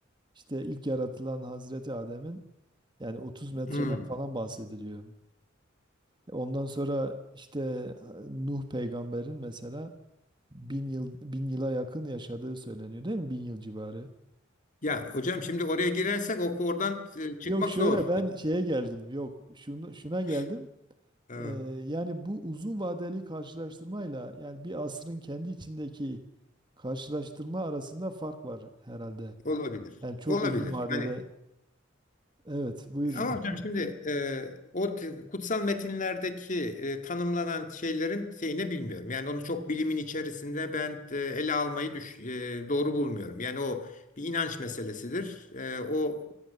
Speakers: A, on the right; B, on the left.
A: İşte ilk yaratılan Hazreti Adem'in yani 30 metreden
B: Hmm.
A: falan bahsediliyor. E, Ondan sonra işte e, Nuh peygamberin mesela bin yıl bin yıla yakın yaşadığı söyleniyor değil mi? Bin yıl civarı.
B: Ya hocam şimdi oraya girersek o oradan e, çıkmak
A: Yok şöyle
B: zor.
A: ben şeye geldim. Yok şunu, şuna geldim.
B: <laughs> Evet,
A: Ee, yani bu uzun vadeli karşılaştırmayla yani bir asrın kendi içindeki karşılaştırma arasında fark var herhalde.
B: Olabilir.
A: Yani çok
B: Olabilir.
A: uzun vadede.
B: Yani
A: Evet, buyurun.
B: ama hocam
A: <laughs>
B: şimdi e, o t- kutsal metinlerdeki e, tanımlanan şeylerin şeyini bilmiyorum. Yani onu çok bilimin içerisinde ben e, ele almayı düş, e, doğru bulmuyorum. Yani o bir inanç meselesidir. E, o